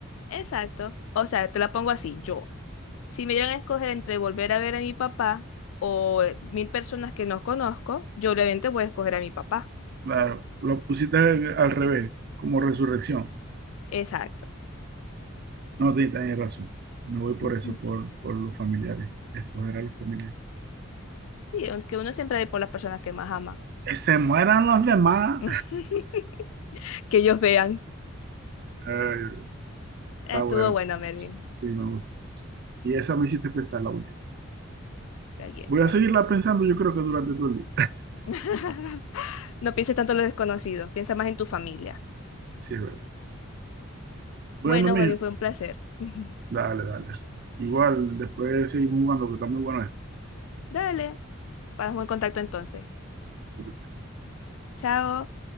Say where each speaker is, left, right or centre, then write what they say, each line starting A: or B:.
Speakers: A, on the left; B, on the right.
A: Exacto. O sea, te la pongo así, yo. Si me dieran a escoger entre volver a ver a mi papá o eh, mil personas que no conozco, yo obviamente voy a escoger a mi papá.
B: Claro, lo pusiste al, al revés, como resurrección.
A: Exacto.
B: No, te tenés razón. Me voy por
A: Ujú.
B: eso, por, por los familiares. Escoger a los familiares.
A: Sí, aunque uno siempre ve por las personas que más ama.
B: Que se mueran los demás.
A: <laughs> Que ellos vean.
B: <laughs> Ay,
A: Estuvo
B: está bueno.
A: bueno, Merlin.
B: Sí, me gusta. Y esa me hiciste pensar la última.
A: Está bien,
B: Voy a
A: pues.
B: seguirla pensando, yo creo que durante todo el día.
A: <laughs> No pienses tanto en los desconocidos, piensa más en tu familia.
B: Sí, es verdad. Bueno,
A: Bueno,
B: mija,
A: Merlin, fue un placer. <laughs>
B: dale, dale. Igual, después seguimos jugando, que está muy bueno
A: Dale, estamos en contacto entonces.
B: esto.
A: Chao.